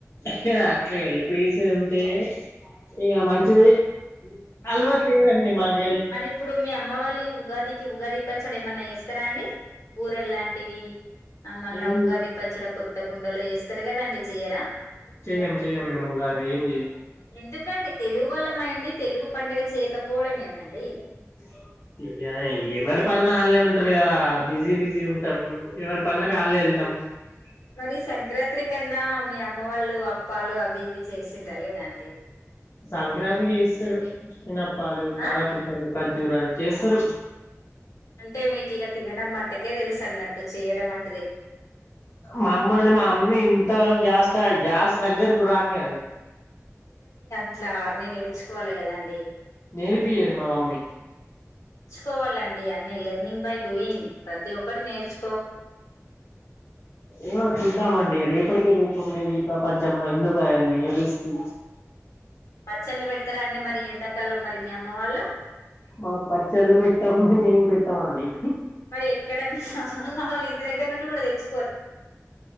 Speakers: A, on the left; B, on the left.
A: ఇగ అట్లా హెల్ప్ చేసేది ఉంటే ఇగ మంచిదే
B: ఉమ్
A: అలవాటు లేదండి మాక
B: మరి ఇప్పుడు మీ అమ్మ వాళ్ళు ఉగాదికి ఉగాది ఇప్పచ్చాడు ఏమన్నా చేస్తారా అండి బూరెలు లాంటివి ఆ మళ్ళీ
A: ఏం
B: ఉగాది పచ్చడి కొత్త కుండలో చేస్తారు కదండి చెయ్యరా
A: చెయ్యం చెయ్యం మేము ఉగాది ఏం చెయ్యం
B: ఎందుకండి తెలుగు వల్లము అయ్యుండి తెలుగు పండుగ చేయకపోవడం ఏందండి
A: <inaudible> <inaudible> ఎవరి పనుల వాళ్ళ ఉంటారు కదా బిజీ బిజీ ఉంటాం ఎవరి పనులకి వల్లే ఏళ్లుతాం <unintelligible>
B: మరి సంక్రాంతి కన్నా మీ అమ్మ వాళ్ళు అప్పాలు అవి ఇవి చేసిండ్రా లేదా అండి
A: సంక్రాంతికి చేస్తారు చిన్నఅప్పాలు కారపూసలు
B: ఆ
A: కాజు జూరా చేస్తారు
B: అంటే మీకు ఇగ తినడం మట్టుకే తెలుసు అన్నట్టు చేయడం అం
A: మమ్మల్ని మా అమ్మ ఇంతవరకు గ్యాస్ కా గ్యాస్ దగ్గరకు రానీయదు
B: ఇట్లా అన్నీ నేర్చుకోవాలి కదాండి
A: నేర్పియ్యదు మా మమ్మీ
B: కోవాలండి అన్ని లెర్నింగ్ బై డూయింగ్ ప్రతి ఒక్కటి నేర్చు
A: ఏమో చూద్దాం అండి రేప్ ఇప్పటికీ రూపం లేని ప్రపంచంలో ఎందుకు అవన్ని రిస్కు
B: పచ్చళ్ళు పెడతారా అండి మరి ఎండాకాలం మరి మీ అమ్మ వాళ్ళు
A: మా పచ్చళ్ళు పెట్టాం మేము ఏం పెట్టామండి
B: మరి ఎక్కడ మీ అమ్మమ్మ వాళ్ళ ఇంటి దగ్గర నుండి కూడా తెచ్